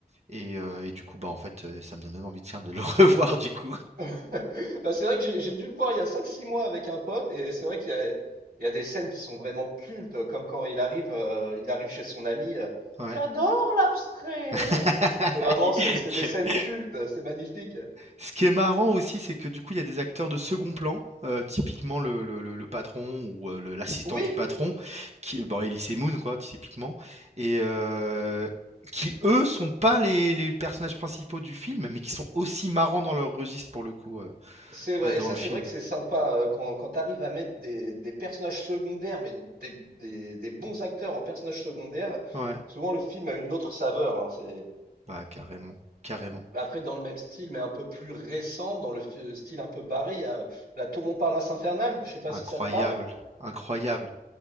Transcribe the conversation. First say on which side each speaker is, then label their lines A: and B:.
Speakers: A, on the right; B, on the right.
A: et heu et du coup, bah, en fait, heu, ça me donne même envie de, tiens de le <laughs> revoir du coup.
B: oui. <laughs> Bah, c'est vrai que j'ai j'ai dû le voir il y a cinq, six mois avec un pote, et c'est vrai qu'il y a, il y a des scènes qui sont vraiment cultes, comme quand il arrive, euh, il arrive chez son ami. euh,
A: Ouais.
B: J'adore l'abstrait. hein.
A: <laughs>
B: C'est vraiment, c'est c'est des scènes cultes, c'est magnifique.
A: Ce qui est marrant aussi, c'est que du coup, il y a des acteurs de second plan, heu, typiquement le le le le patron ou, heu, le l'assistant
B: Oui,
A: du patron qui bon, Elie Moon, quoi, typiquement et heu, qui eux sont pas les les personnages principaux du film, mais qui sont aussi marrants dans leur registre pour le coup, heu,
B: C'est vrai,
A: heu, dans
B: et ça,
A: le
B: c'est
A: film.
B: vrai que c'est sympa euh, quand, quand tu arrives à mettre des, des personnages secondaires, mais des, des, des bons acteurs en personnages secondaires.
A: Ouais,
B: Souvent, le film a une autre saveur. hein, c'est...
A: bah, carrément, carrément.
B: Bah, Après, dans le même style, mais un peu plus récent, dans le f- style un peu barré, il y a La Tour Montparnasse infernale. Je sais pas
A: Incroyable,
B: si ça te parle.
A: incroyable.